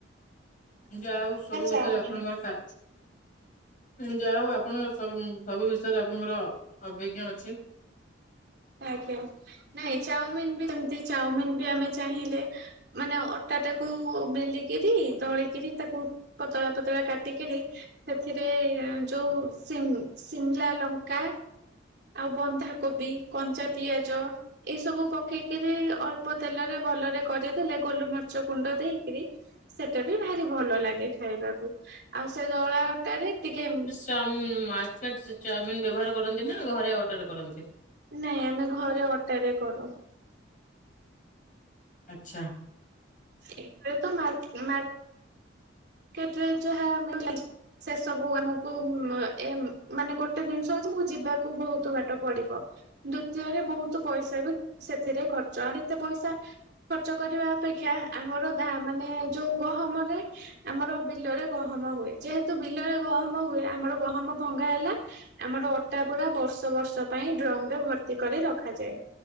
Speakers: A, on the left; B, on the right.
A: ଯାହା ହଉ ସବୁ
B: ଚାଉମିନ
A: ବିଷୟରେ ଆପଣଙ୍କର କା ଯାହା ହଉ ଆପଣଙ୍କ ସ ସବୁବିଷୟରେ ଆପଣଙ୍କର ଅଭିଜ୍ଞ ଅଛି।
B: ଆଜ୍ଞା ନାଇଁ ଚାଉମିିନ ବି ସେମତି ଚାଉମିିନ ବି ଆମେ ଚାହିଁଲେ ମାନେ ଅଟା ଟାକୁ ବେଲିକିରି ଦଳିକିରି ତାକୁ ପତଳା ପତଳା କାଟିକିରି ସେଥିରେ ଯୋଉ ସିମ୍ ସିମଲା ଲଙ୍କା ଆଉ ବନ୍ଧାକୋବି କଞ୍ଚା ପିଆଜ ଏ ସବୁ ପକେଇକରି ଅଳ୍ପ ତେଲରେ ଭଲରେ କରିଦେଲେ ଗୋଲମର୍ଚ ଗୁଣ୍ଡ ଦେଇକିରି ସେଟା ବି ଭାରି ଭଲ ଲାଗେ ଖାଇବାକୁ ଆଉ ସେ ଦଳାଟାରେ ଟିକେ
A: ତ ମାର୍କେଟ ଚାଉମିିନ ବ୍ୟବହାର କରନ୍ତି ନା ଘରେ ଅଟାରେ କରନ୍ତି?
B: ନାଇ ଆମେ ଘରେ ଅଟାରେ କରୁ।
A: ଆଛା।
B: ଏବେ ତ ମା ମା କେତେ ଯାହା <unintelligible> ସେ ସବୁ ଆମକୁ ଏ ମାନେ ଗୋଟେ ଜିନିଷ ହଉଛି ମୁଁ ଯିବାକୁ ବହୁତ ବାଟ ପଡିବ। ଦ୍ଵିତୀୟରେ ବହୁତ ପଇସା ବି ସେଥିରେ ଖର୍ଚ୍ଚ ଆଡେ ଏତେ ପଇସା ଖର୍ଚ୍ଚ କରିବା ଅପେକ୍ଷା ଆମର ଦାମାନେ ଯୋଉ ଗହମରେ ଆମର ବିଲରେ ଗହମ ହୁଏ ଯେହେତୁ ବିଲରେ ଗହମ ହୁଏ ଆମର ଗହମ ଭଙ୍ଗା ହେଲା ଆମର ଅଟା ପୁରା ବର୍ଷ ବର୍ଷ ପାଇଁ ଡ୍ରମ ରେ ଭର୍ତ୍ତି କରି ରଖାଯାଏ।